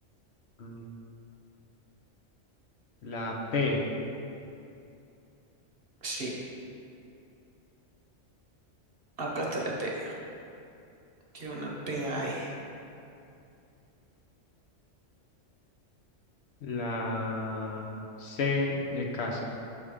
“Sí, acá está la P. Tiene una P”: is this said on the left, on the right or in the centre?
Right